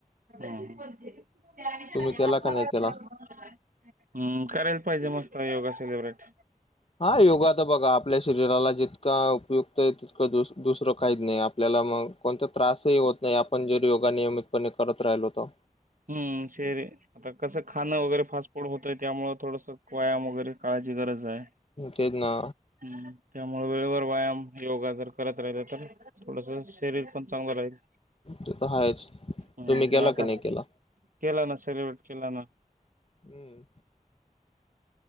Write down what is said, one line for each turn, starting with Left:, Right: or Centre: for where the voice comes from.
Right: तशीच म्हणते त्यांच्या
Left: तुम्ही
Right: या
Left: केला का
Right: भागात
Left: नाही केला?
Right: ऱ्हाव म्ह हम्म करायला पाहिजे मस्त योगा सेलिब्रेट
Left: हा योगा तर बघा आपल्या शरीराला जितका उपयुक्त आहे तितकं दुस दुसरं काहीच नाही आपल्याला मग कोणता त्रासही होत नाही आपण जर योगा नियमितपणे करत राहिलो तर
Right: हम् शेर अय आता कसं खाणं वगैरे फास्ट फूड होतंय त्यामुळे थोडस व्यायाम वगैरे काय त्याची गरज आहे
Left: तेच ना
Right: आहे त्यामुळे वेळेवर व्यायाम योगा जर करत राहिलं तर थोडस शरीर पण चांगलं राहील
Left: ते तर हायच
Right: हम्म
Left: तुम्ही केला
Right: आता
Left: की नाही केला
Right: केला ना सेलिब्रेट केला ना
Left: हम्म